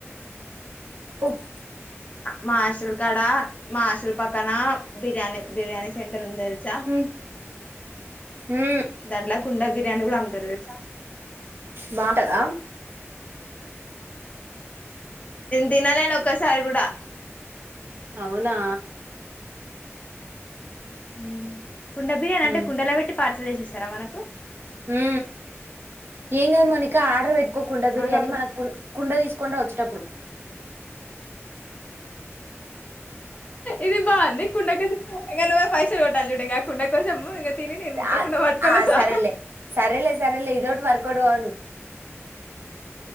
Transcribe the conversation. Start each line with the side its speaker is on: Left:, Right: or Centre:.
Right: ఉహ్
Left: మా హాస్టల్ కడ మా హాస్టల్ పక్కన బిర్యానీ బిర్యానీ సెంట ఉంది తెలుసా
Right: ఉమ్, ఉమ్,
Left: దాండ్ల కుండ బిర్యాని కూడా అమ్తారు తెలుసా
Right: బాగుంటదా
Left: తినాలేదు ఒక్కసారి కూడా
Right: అవునా
Left: హ్మ్ కుండ బిర్యాని
Right: ఉమ్,
Left: అంటే కుండలొ పెట్టి పర్ చేసిస్తారా మనకు
Right: ఉ ఉ ఇంకా మనకి ఆడర్ పెట్ ఇ కుండ బిర్యానీ
Left: అవును ఒక
Right: మనకు కు కుండ తీసుకొని రా వచ్చేటప్పుడు
Left: ఇది బావుంది కుండకెందూకు ఇక నువ్వే పైసలు పెట్టాలి చూడు ఇంకా కుండ కోసము ఇంకా తిని నేను ఊత్తకుండా
Right: ఆ
Left: పట్టుకొని
Right: ఆ
Left: వస్తా
Right: సరేలే సరేలే సరేలే ఇదోటి వర్కౌట్ కాని